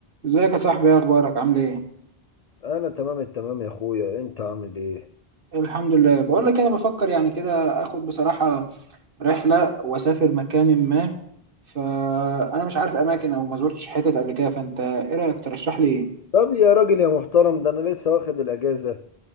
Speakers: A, on the right; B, on the left.
A: ازيك يا صاحبي ايه اخبارك عامل ايه
B: انا تمام التمام يا اخويا انت عامل ايه
A: الحمد لله بقول لك انا بفكر يعني كده اخد بصراحة رحلة واسافر مكان ما فانا مش عارف اماكن او ما زرتش حتت قبل كده فانت ايه رأيك ترشح لي ايه
B: طب يا راجل يا محترم ده انا لسه واخد الاجازه